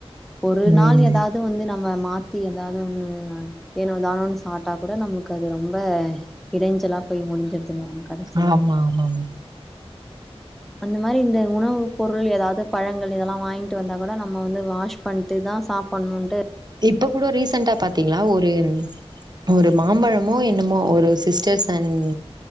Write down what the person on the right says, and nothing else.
ம்.
ஆமா ஆமாங்க
இப்ப கூட ரீசன்டா பாத்தீங்ளா ஒரு ஒரு மாம்பழமோ என்னமோ ஒரு சிஸ்டர்ஸ் அண்ட்